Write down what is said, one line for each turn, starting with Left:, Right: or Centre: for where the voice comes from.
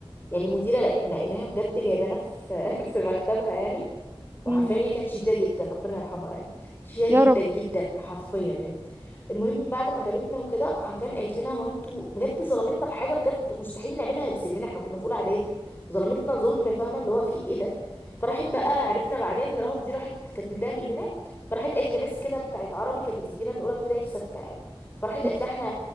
Left: يعني مديرة لق- لقيناها بجد جايبانا في <laughs> في مكتبها يعني وحرفيا
Right: مم.
Left: هي كانت شديده جدا ربنا يرحمها يعني شديده
Right: يا
Left: جدا
Right: رب
Left: جدا حرفيا يعني المهم بعد ما جابتنا وكده حرفيا قالت لنا هو انتوا بجد ظلمتنا بحاجه بجد مستحيل نعملها لسننا احنا كنا في اولى اعدادي ظلمتنا ظلم فاهمه اللي هو في ايه ده فراحت بقى عرفنا بعدين ان رهف دي راحت كانت متضايقه مننا فراحت قالت لمس كده بتاعت عربي كانت بتدينا من اولى ابتدائي لسته يعني فراحت
Right: مم.
Left: قالت لها احنا